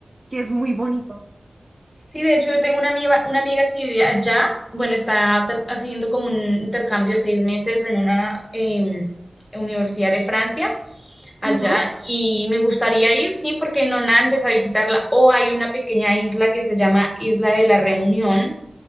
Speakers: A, on the right; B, on the left.
A: que es muy bonito.
B: Sí, de hecho yo tengo una amiga, una amiga que vive allá, bueno, está ter- haciendo como un intercambio de seis meses en una em, universidad de Francia, allá,
A: Ujú,
B: y me gustaría ir, sí, porque no antes a visitarla, o hay una pequeña isla que se llama Isla de la Reunión,